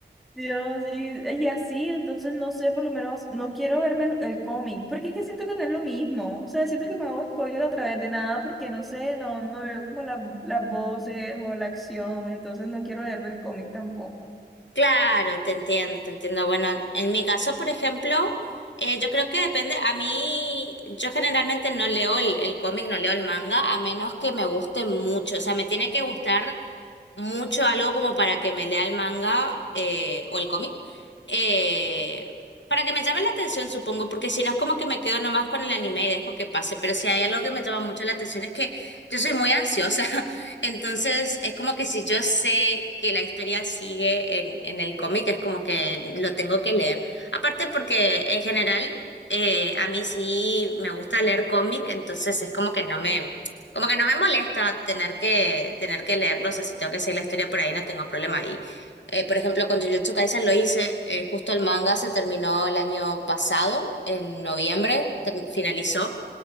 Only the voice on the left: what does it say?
Claro, te entiendo, te entiendo. Bueno, en mi caso, por ejemplo, eh, yo creo que depende. A mí, yo generalmente no leo el, el cómic, no leo el manga, a menos que me guste mucho. O sea, me tiene que gustar mucho algo como para que me lea el manga eh, o el cómic. eh, para que me llame la atención, supongo, porque si no es como que me quedo nomás con el anime y dejo que pase. Pero si hay algo que me llama mucho la atención es que yo soy muy ansiosa, <laughs> entonces es como que si yo sé que la historia sigue en, en el cómic, es como que lo tengo que leer. Aparte porque en general eh, a mí sí me gusta leer cómic, entonces es como que no me, como que no me molesta tener que, tener que leerlo, o sea, si tengo que seguir la historia por ahí no tengo problema. Y eh, por ejemplo, con Jujutsu Kaisen lo hice, eh, justo el manga se terminó el año pasado, en noviembre, ter- finalizó.